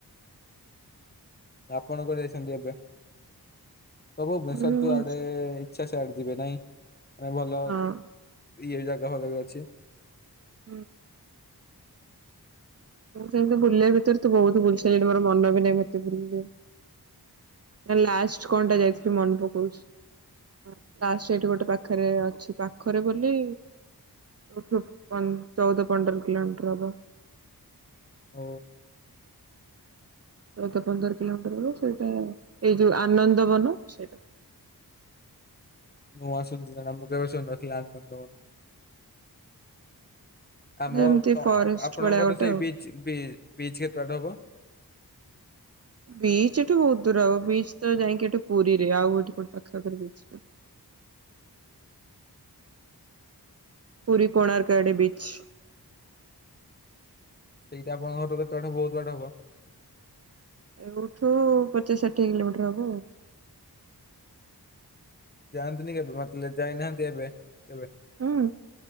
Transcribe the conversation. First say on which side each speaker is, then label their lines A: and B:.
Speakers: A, on the left; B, on the right.
A: ଆପଣ କୋଠି ଯାଇଛନ୍ତି ଏବେ ସବୁ ଭୁବନେଶ୍ୱର
B: ମୁଁ
A: ଯୁ ଆଡେ ଇଛା ସେଆଡେ ଯିବେ ନାଇଁ ଆ ଭଲ
B: ହଁ।
A: ଇ ଏ ଜାଗା ହଛି
B: ହୁଁ। ସେମତି ବୁଲିବା ଭିତରେ ତୁ ବହୁତ ବୁଲସ ମୋର ମନ ବି ନାହିଁ ମତେ ବୁଲ ଲାଷ୍ଟ କଣଟା ଯାଇଥିଲି ମନେ ପକଉଛିା ସେଠି ଗୋଟେ ପାଖରେ ଅଛି ପାଖରେ ବୋଲି ଚଉଦ ପନ୍ଦର କିଲୋମିଟର ହବ।
A: ହ।
B: ଚଉଦ ପନ୍ଦର କିଲୋମିଟର ବେଳ ସେଇଟା ଏଇ ଯୋଉ ଆନନ୍ଦ ବନ ସେଇଟା
A: ମୁଁ ଆସୁନ୍ଦ ଆ ମୁ କେବଛୁ ଆନନ୍ଦନ
B: ଗୋଟେ
A: ଆମ
B: ଏମିତି
A: ତ
B: ଫରେଷ୍ଟ
A: ଆପଣଙ୍କର
B: ଭଳିଆ ଗୋଟେ
A: ସେଇ
B: ଆଉ।
A: ବିଚ ବିଚ କେତେ ବାଟ ହବ।
B: ବିଚ ଠୁ ବହୁତ ଦୂର ହବ ବିଚ ତ ଯାଇକି ଏଠି ପୁରୀରେ ଆଉ ଏଠି କୋଉଠି ଆଖପାଖରେ ବିଚ ନାଇ ପୁୁରୀ କୋଣାର୍କ ଆଡେ ବୀଚ
A: ସେଇଟା ଆପଣଙ୍କ ଘଠ କେତେବାଟ ବହୁତ ବାଡ ହବ?
B: ଏଠୁ ପଚିଶ ଷାଠିଏ କିଲୋମିଟର ହବ ଆଉ।
A: ଯାଆନ୍ତିନି କେବେ ମତ ଯାଇନାହାନ୍ତି ଏବେ କେବେ
B: ହୁଁ